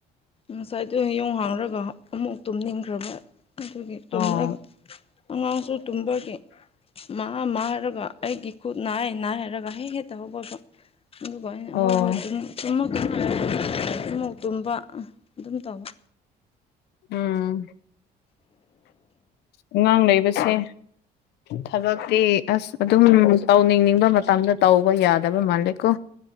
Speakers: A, on the left; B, on the left.
A: ꯉꯁꯥꯏꯗꯨ ꯌꯨꯡ ꯍꯥꯡꯔꯒ ꯑꯃꯨꯛ ꯇꯨꯝꯅꯤꯡꯈ꯭ꯔꯕ꯫ ꯑꯗꯨꯒꯤ ꯇꯨꯝꯔꯒ
B: ꯑꯣ
A: ꯑꯉꯥꯡꯁꯨ ꯇꯨꯝꯕꯒꯤ ꯃꯥ ꯃꯥ ꯃꯥ ꯍꯥꯏꯔꯒ ꯑꯩꯒꯤ ꯈꯨꯠ ꯅꯥꯑꯦ-ꯅꯥꯑꯦ ꯍꯥꯏꯔꯒ ꯍꯦ ꯍꯦꯠꯇ ꯍꯧꯒꯠꯄ꯫ ꯑꯗꯨꯒ ꯑꯩꯅ
B: ꯑꯣ
A: ꯍꯣꯏ ꯍꯣꯏ ꯇꯨꯝ ꯇꯨꯃꯛꯀꯅꯣ <unintelligible> ꯑꯃꯨꯛ ꯇꯨꯝꯕ ꯑꯗꯨꯝ ꯇꯧꯕ꯫
B: ꯎꯝ ꯑꯉꯥꯡ ꯂꯩꯕꯁꯦ꯫ ꯊꯕꯛꯇꯤ ꯑꯁ ꯑꯗꯨꯝ ꯇꯧꯅꯤꯡꯅꯤꯡꯕ ꯃꯇꯝꯗ ꯇꯧꯕ ꯌꯥꯗꯕ ꯃꯥꯜꯂꯦ ꯀꯣ꯫